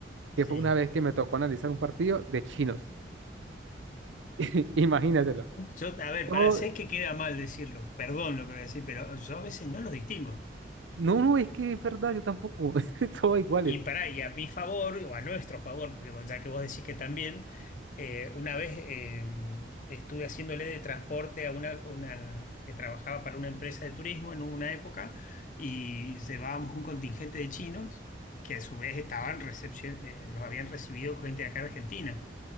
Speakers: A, on the left (about 45°); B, on the right (about 85°).
A: Sí.
B: que fue una vez que me tocó analizar un partido de chinos. <laughs> Imagínatelo.
A: Yo, a ver,
B: Todo-
A: para sé que queda mal decirlo, perdón lo que voy a decir, pero yo a veces no los distingo.
B: no, no, es que es verdad, yo tampoco, <laughs> todos iguales.
A: Y para y a mi favor, o a nuestro favor, porque vos- ya que vos decís que también, eh, una vez eh, estuve haciéndole de transporte a una, una que trabajaba para una empresa de turismo en una época y llevábamos un contingente de chinos que a su vez estaban recepcio- eh, los habían recibido gente de acá de Argentina.